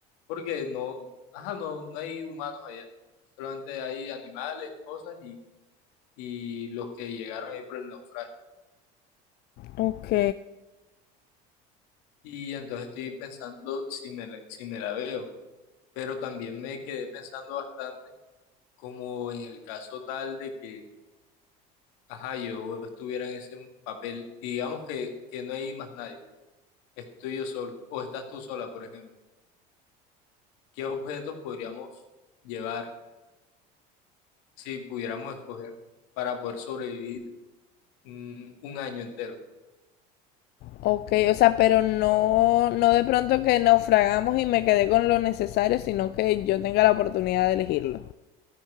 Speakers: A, on the left; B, on the left.
A: porque no, ajá, no, no hay humanos allá, solamente hay animales, cosas y y los que llegaron ahí por el naufragio.
B: Ok,
A: Y entonces estoy pensando si me, la- si me la veo, pero también me quedé pensando bastante como en el caso tal de que, ajá, yo estuviera en ese papel y digamos que, que no hay más nadie, estoy yo solo o estás tú sola, por ejemplo. ¿Qué objetos podríamos llevar si pudiéramos escoger para poder sobrevivir mm, un año entero?
B: ok, o sea, pero no, no de pronto que naufragamos y me quedé con lo necesario, sino que yo tenga la oportunidad de elegirlo.